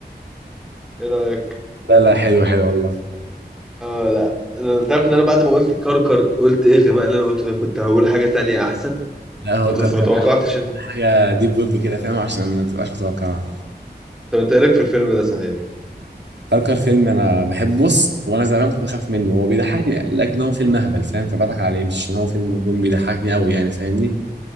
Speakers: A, in the centre; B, on the right.
A: ايه رايك
B: لا لا حلو حلو والله
A: اه لا أنا- انت عارف ان انا بعد ما قلت كركر قلت ايه الغباء اللي انا قلته ده كنت هقول حاجه تانية احسن
B: لا هو
A: ما ت-
B: كركر
A: ما توقعتش
B: أنا قلت
A: إن-
B: حاجه ديب ويب كده فاهم عشان ما تبقاش متوقعه
A: طب انت ايه رايك في الفيلم ده صحيح
B: كركر فيلم انا بحب بص وانا زمان كنت بخاف منه هو بيضحكني لاجل ان هو فيلم اهبل فاهم فبضحك عليه مش عشان هو فيلم يكون بيضحكني قوي يعني فاهمني